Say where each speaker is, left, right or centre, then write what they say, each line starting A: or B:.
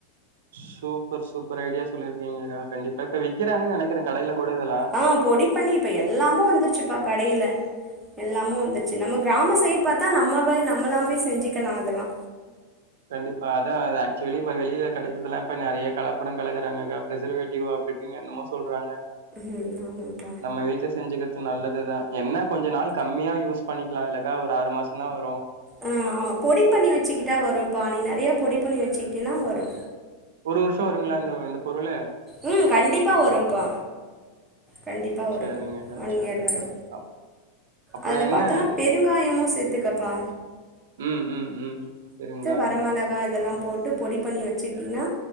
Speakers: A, on the right; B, in the centre.
A: சூப்பர் சூப்பர் ஐடியா சொல்லியிருக்கீங்கக்கா கண்டிப்பா இப்ப விக்கிறாங்கன்னு நெனைக்கிறே கடைல கூட இதெல்லா
B: ஆ பொடி பண்ணி இப்ப எல்லாமு வந்துருச்சுப்பா கடையில எல்லாமு வந்துச்சு நம்ம கிராம சைடு பாத்தா நம்ம நம்மலாவே செஞ்சுக்கலா அதெல்லா
A: கண்டிப்பா அதா ஆக்சுவலி இப்ப வெளிய கெடைக்கிறதெல்லா இப்ப நறைய கலப்படம் கலக்குறாங்கக்கா பிரசர்வேட்டிவ்வா டிங் என்னமோ சொல்றாங்க
B: ம் ஆமாம்ப்பா
A: நம்ம வீட்ல செஞ்சுக்கற்து நல்லதுதா என்ன கொஞ்ச நாள் கம்மியா யூஸ் பண்ணிக்கலா இல்லக்கா ஒரு ஆறு மாசந்தா வரு
B: ஆ ஆமா பொடி பண்ணி வெச்சுக்கிட்டா வரு பா நீ நறைய பொடி பண்ணி வெச்சுக்கிட்டன்னா வரு
A: ஒரு வருஷோ வருங்களா இந்த இந்த பொருளு
B: உம் கண்டிப்பா வரும்ப்பா கண்டிப்பா வரு
A: செரிங்கக்கா
B: ஒன்
A: செரிங்க
B: இயர் வரு
A: அப் அப்றோ
B: அதுல
A: என்ன
B: பாத்தோன்னா பெருங்காயமு சேத் த்துக்கப்பா
A: ம் ம் ம் பெருங்காயோ
B: வரமெளகா இதெல்லா போட்டு பொடி பண்ணி வச்சுக்கிட்டினா